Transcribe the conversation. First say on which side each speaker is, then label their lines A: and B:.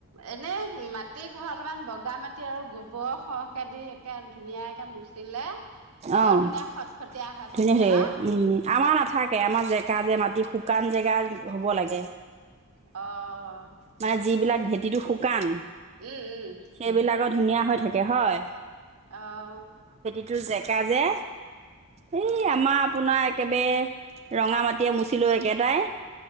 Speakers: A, on the right (about 80°); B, on the right (about 30°).
A: এনে মাটি ঘৰ অলপমান বগা মাটি আৰু গোবৰ সৰহকেদি একে ধুনীয়াকে মুচিলে বৰ
B: অ'
A: ধুনীয়া খটখটীয়া
B: ধুনীয়া হৈ থাকে।
A: ন?
B: উম, আমাৰ নাথাকে আমাৰ জেকা যে মাটি শুকান জেগা হ'ব লাগে।
A: অ'
B: মানে যিবিলাক ভেঁটিটো শুকান।
A: উম উম।
B: সেইবিলাকৰ ধুনীয়া হৈ থাকে হয়।
A: আহ।
B: টো জেকা যে এই আমাৰ আপোনাৰ একেবাৰে ৰঙা মাটিয়ে মুচিলোঁ একেটাই।